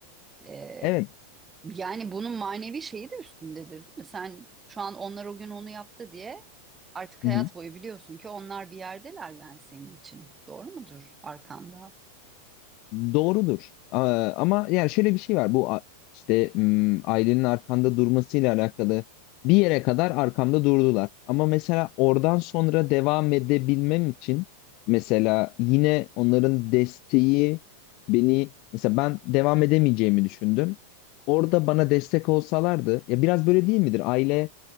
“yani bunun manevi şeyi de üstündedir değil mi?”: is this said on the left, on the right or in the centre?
Right